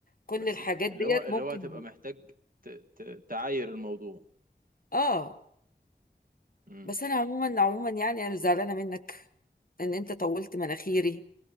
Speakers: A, on the left (about 50°); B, on the right (about 50°).
A: كل
B: بس
A: الحاجات
B: اللي
A: ديت
B: هو اللي
A: ممكن
B: هو هتبقى محتاج ت- ت- تعاير الموضوع
A: اه
B: امم
A: بس انا عموما عموما يعني انا مش زعلانه منك ان انت طولت مناخيري